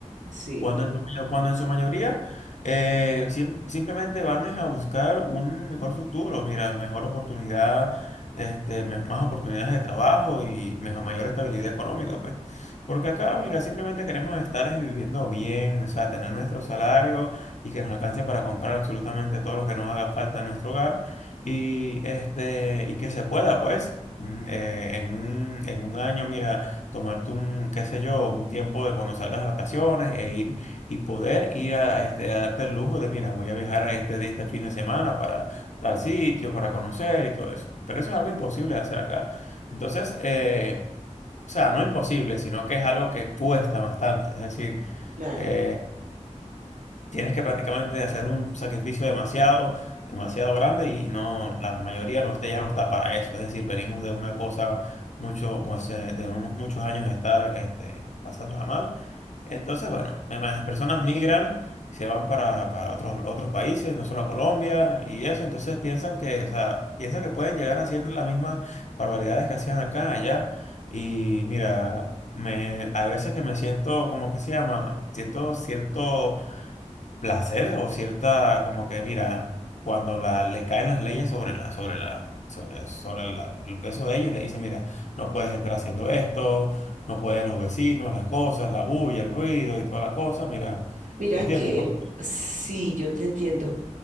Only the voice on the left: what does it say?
Cuando en su, mayo- cuando en su mayoría eh, sim- simplemente van es a buscar un mejor futuro, mira, mejor oportunidad, este, me- más oportunidades de trabajo y mejor, mayor estabilidad económica, pues. Porque acá, mira, simplemente queremos estar es viviendo bien, o sea, tener nuestro salario y que nos alcance para comprar absolutamente todo lo que nos haga falta en nuestro hogar y, este, y que se pueda, pues, mm, eh, en un, en un año, mira tomarte un, qué sé yo, un tiempo de cuando salgas de vacaciones e ir y poder ir a, este, a darte el lujo de, mira, voy a viajar a este, día- este fin de semana para tal sitio, para conocer y todo eso. Pero eso es algo imposible de hacer acá. Entonces, eh, o sea, no imposible, sino que es algo que cuesta bastante. Es decir,
eh, Tienes que prácticamente hacer un sacrificio demasiado, demasiado grande y no, la mayoría no, está- ya no está para eso. Es decir, venimos de una cosa mucho, o sea, de unos muchos años de estar este, pasándola mal. Entonces, bueno, me imagino, las personas migran, se van para, para otros, otros países, no solo a Colombia y eso. Entonces piensan que, o sea, piensan que pueden llegar haciendo las mismas barbaridades que hacían acá, allá. Y mira, me, a veces que me siento, ¿cómo que se llama? Siento cierto placer o cierta, como que mira, cuando la, le caen las leyes sobre la, sobre la, sobre, sobre la- el peso de ellos, le dice mira, no puedes estar haciendo esto, no puedes los vecinos, las cosas, la bulla, el ruido y toda la cosa, mira,
¿me entiendes?
Por-